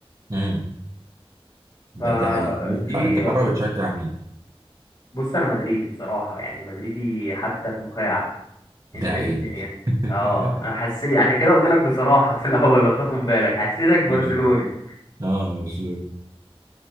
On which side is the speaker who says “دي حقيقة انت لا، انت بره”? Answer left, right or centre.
Right